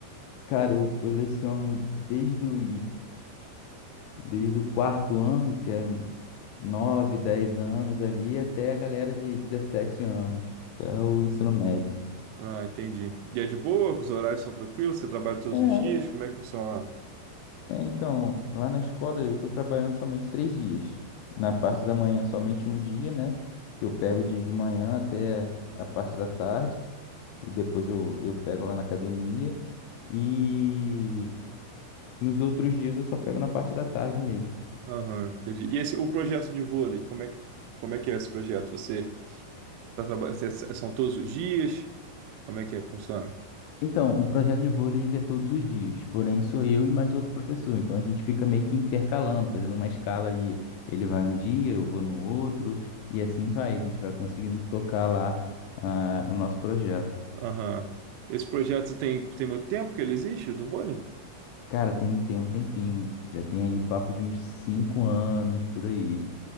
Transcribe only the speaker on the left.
Cara, eu, eu leciono desde os Desde o quarto ano, que é 9, 10 anos ali, até a galera de 17 anos, até o ensino médio.
É,
é, então, lá na escola eu tô trabalhando somente três dias. Na parte da manhã, somente um dia, né? Que eu pego de, de manhã até a parte da tarde, e depois eu, eu pego lá na academia. E nos outros dias eu só pego na parte da tarde mesmo.
Então, o projeto de vôlei ele é todos os dias, porém sou eu e mais outro professor. Então a gente fica meio que intercalando, fazendo uma escala aí. Ele vai um dia, eu vou no outro, e assim vai. A gente vai conseguindo tocar lá ah, o nosso projeto.
Cara, tem, tem um tempinho, já tem aí papo de uns cinco anos por aí.